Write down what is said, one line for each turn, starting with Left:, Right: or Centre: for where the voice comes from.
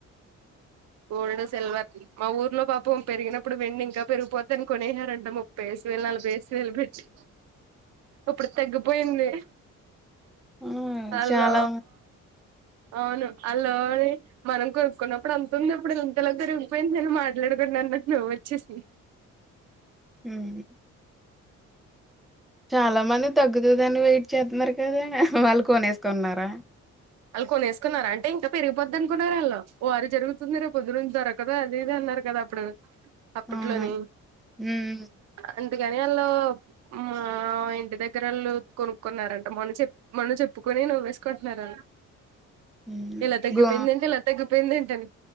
Right: గోల్డ్ సిల్వర్ మా ఊర్లో పాపం పెరిగినప్పుడు వెండి ఇంకా పెరిగిపోద్ద అని కొన్నారంటా ముప్పై వేసు వేలు నలభై వేసు వేలు పెట్టి ఇప్పుడు తగ్గిపోయింది
Centre: ఆ
Right: హలో
Centre: చాలా
Right: అవును హలో అని మనం కొనుక్కున్నప్పుడు అంత తుంది అప్పుడు ఇంతలో జరిగిపోయిందిని మాట్లాడుకుండా అన్నకు నువ్ వచ్చేసి
Centre: ఉమ్ చాలా మంది తగ్గుతుందని వెయిట్ చేస్తున్నారు నిజంగా వాలు కోనేస్కునారా
Right: వాళ్ కొన్స్కునార్ అంటే ఇంకా పెరిగిపోద్ అనుకున్నారు వాళ్ళ వారు జరుగుతుంది రేపు పొద్దు నుంచి దొరకదు అదిది అన్నారు కదా అప్పుడు అపుట్లోని
Centre: అవును. హ్మ్.
Right: అన్ అందుకని వాళ్ళు మా ఇంటి దగ్గర వాళ్ళు కొనుక్కున్నారంట మొన్న చెప్ మొన్ను చెప్పుకొని నవ్వకుంటున్నారు
Centre: హ్మ్.
Right: ఎలా తగిపోయిందేంటి
Centre: గో
Right: ఎలా తగ్గి యింది ఏంటని